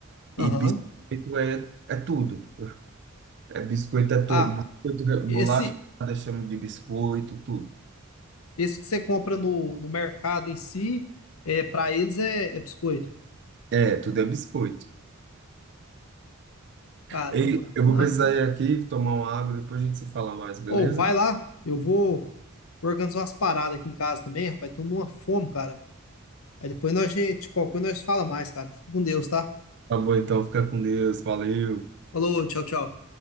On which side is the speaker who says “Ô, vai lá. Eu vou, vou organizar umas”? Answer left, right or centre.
Left